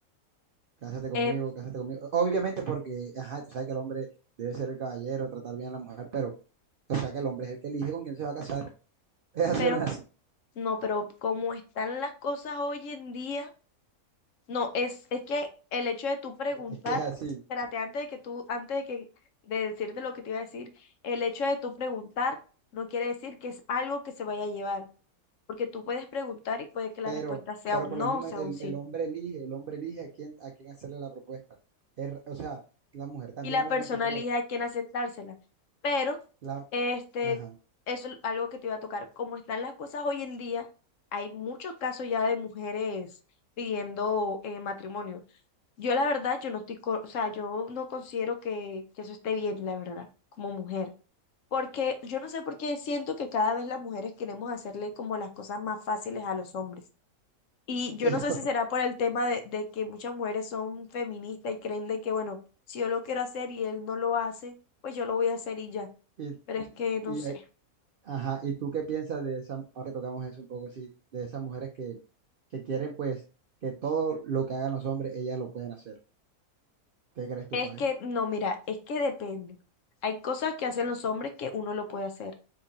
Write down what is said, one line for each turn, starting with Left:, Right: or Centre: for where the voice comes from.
Right: Cásate conmigo,
Left: Eh,
Right: cásate conmigo. Obviamente porque, ajá, tú sabes que el hombre debe ser el caballero, tratar bien a la mujer, pero, o sea que el hombre es el que elige con quién se va a casar. <laughs> Es así
Left: pero
Right: o no es así.
Left: no, pero como están las cosas hoy en día. No, es, es que el hecho de tú preguntar,
Right: Es que es así.
Left: espérate, antes de que tú, antes de que de decirte lo que te iba a decir, el hecho de tú preguntar no quiere decir que es algo que se vaya a llevar, porque tú puedes preguntar y puede que la
Right: Pero,
Left: respuesta sea
Right: pero
Left: un
Right: por
Left: no
Right: lo mismo,
Left: o sea
Right: el,
Left: un sí.
Right: el hombre elige, el hombre elige a quién, a quién hacerle la propuesta. Es- r- o sea, la mujer también
Left: Y la
Right: obviamente
Left: persona
Right: puede.
Left: elige a quién aceptársela. Pero,
Right: La,
Left: este,
Right: ajá.
Left: eso es algo que te iba a tocar. Como están las cosas hoy en día, hay muchos casos ya de mujeres pidiendo eh, matrimonio. Yo la verdad, yo no estoy, co- o sea, yo no considero que, que eso esté bien, la verdad, como mujer. Porque yo no sé por qué siento que cada vez las mujeres queremos hacerle como las cosas más fáciles a los hombres. Y yo
Right: <laughs> Pero,
Left: no sé si será por el tema de, de que muchas mujeres son feministas y creen de que, bueno, si yo lo quiero hacer y él no lo hace, pues yo lo voy a hacer y ya.
Right: y,
Left: Pero es que no
Right: y,
Left: sé.
Right: Ajá, ¿y tú qué piensas de esa, ahora que tocamos eso un poco así, de esas mujeres que, que quieren pues que todo lo que hagan los hombres, ellas lo pueden hacer? ¿Qué crees tú,
Left: Es
Right: Pae?
Left: que, no, mira, es que depende. Hay cosas que hacen los hombres que uno lo puede hacer,